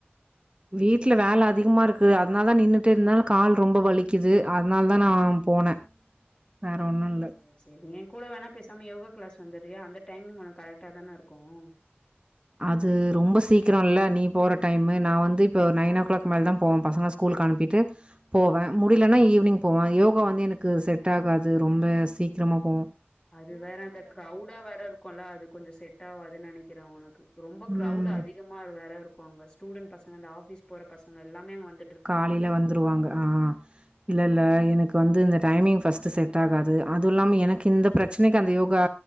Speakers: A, on the right; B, on the left.
A: வீட்ல வேல அதிகமா இருக்கு அதனால நின்னுட்டு இருந்தாலு கால் ரொம்ப வலிக்குது அதனாலதா நா போனே வேற ஒன்னு
B: சேரி
A: இல்ல
B: சேரி ஏன் கூட வேண்ணா பேசாம யோகா கிளாஸ் வந்தர்றயா அந்த டைமிங் உனக்கு கரெக்டாதான இருக்கும்
A: அது ரொம்ப சீக்கிரோ இல்ல நீ போற டைமு நா வந்து இப்ப நைன் ஓ கிளாக் மேலதா போவே பசங்கள ஸ்கூலுக்கு அனுப்பிட்டு போவே முடியலன்னா ஈவினிங் போவே யோகா வந்து எனக்கு செட் ஆகாது ரொம்ப சீக்கிரமா போ
B: அது வேற அந்த க்ரௌடா வேற இருக்கும்ல அது கொஞ்ச செட் ஆவாதுன்னு நெனைக் க்கிறே உனக்கு ரொம்ப க்ரௌடு
A: ம்.
B: அதிகமா வேற இருக் ப்பாங்க ஸ்டூடண்ட் பசங்க இந்த ஆஃபீஸ் போற பசங்க எல்லாமே அங்க வந்
A: காலைல வந்துருவாங்க ஆஹ் இல்ல இல்ல எனக் வந்து இந்த டைமிங் ஃபர்ஸ்ட்டு செட் ஆகாது அதுவு இல்லாம எனக்கு இந்த பிரச்சனைக்கு அந்த யோகா